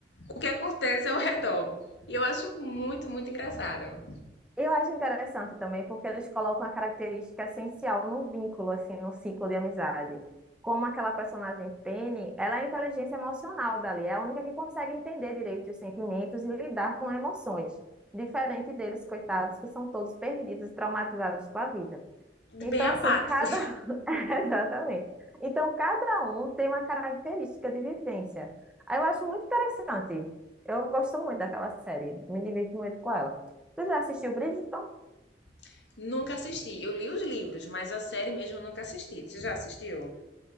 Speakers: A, on the left (about 80°); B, in the centre.
A: o que acontece ao redor. E eu acho muito, muito engraçado.
B: Eu acho interessante também porque eles colocam a característica essencial no vínculo, assim, no ciclo de amizade. Como aquela personagem Penny, ela é a inteligência emocional dali, é a única que consegue entender direito os sentimentos e lidar com emoções, diferente deles, coitados, que são todos perdidos e traumatizados com a vida. Então,
A: Bem apáticos.
B: assim, cada. <laughs> Exatamente. Então, cada um tem uma característica de vivência. Aí eu acho muito interessante. Eu gosto muito daquela série, me divirto muito com ela. Tu já assistiu Bridgerton?
A: <laughs> Nunca assisti. Eu li os livros, mas a série mesmo eu nunca assisti. Você já assistiu?